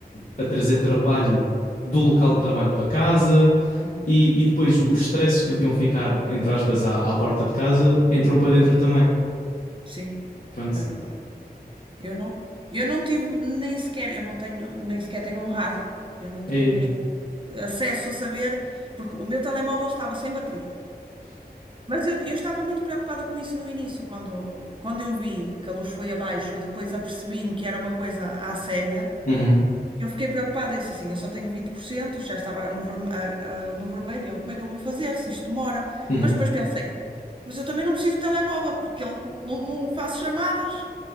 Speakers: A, on the left; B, on the right.
A: a trazer trabalho do local de trabalho para casa.
B: Uhum.
A: E, e depois os stresses que deviam ficar, entre aspas, à, à porta de casa, entram para dentro também.
B: sim,
A: Pronto.
B: é verdade. Eu não, eu não tive nem sequer, eu não tenho, nem sequer tenho um rádio. Eu não tinha
A: E...
B: mesmo acesso a saber, porque o meu telemóvel estava sem bateria. Mas eu, eu estava muito preocupada com isso no início, quando, quando eu vi que a luz foi abaixo e depois apercebi-me que era uma coisa à séria.
A: Uhum,
B: Eu fiquei preocupada, eu disse assim, eu só tenho 20% e já estava no, verme- a- a- no vermelho, eu, como é que eu vou fazer se isto demora?
A: uhum.
B: Mas depois pensei, mas eu também não preciso de telemóvel, porque ele não, não faço chamadas,